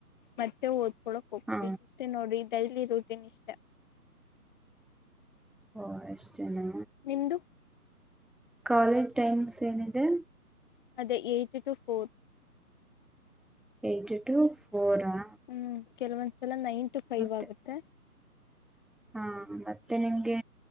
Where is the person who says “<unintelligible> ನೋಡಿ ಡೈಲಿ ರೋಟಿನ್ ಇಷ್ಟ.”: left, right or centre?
Left